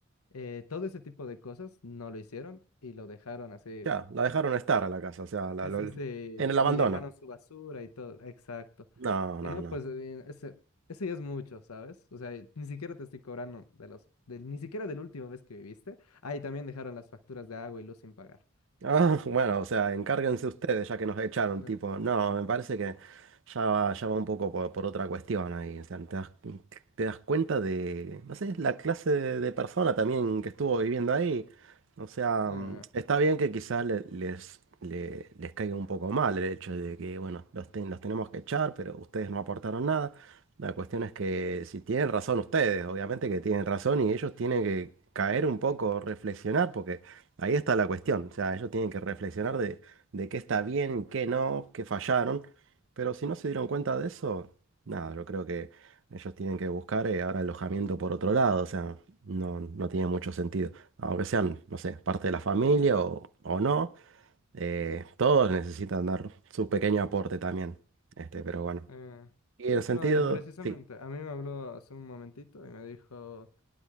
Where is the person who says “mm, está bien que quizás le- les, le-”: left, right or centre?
Right